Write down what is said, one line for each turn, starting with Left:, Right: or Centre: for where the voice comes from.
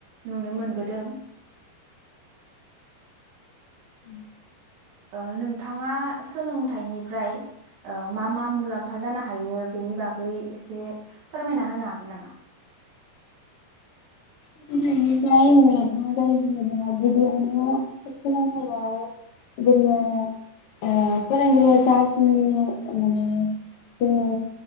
Right: नुनो मोनबोदों।
Left: उम।
Right: ओ नोंथांङा सोलोंथाइनिफ्राय ओ मा मा मुलाम्फा जानो हायो बेनि बागै एसे फोरमायना होनो हागोन नामा?
Left: सोलोंथाइनिफ्राय मुलाम्फा जायो होनोब्ला गिबियावनो सोलोंथाइयाव जोंङो ओ फोरोंगिरिया जाखिनि माने जोंनो